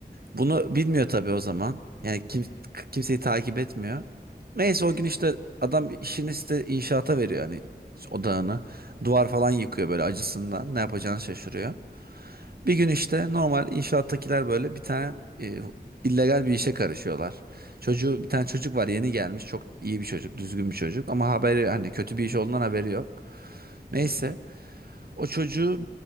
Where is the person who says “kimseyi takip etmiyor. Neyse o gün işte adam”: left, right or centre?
Right